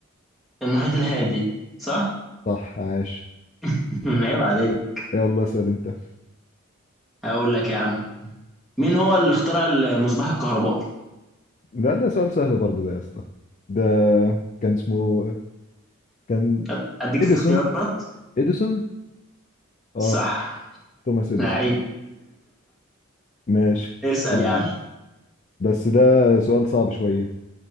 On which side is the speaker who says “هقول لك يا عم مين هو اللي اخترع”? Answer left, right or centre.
Centre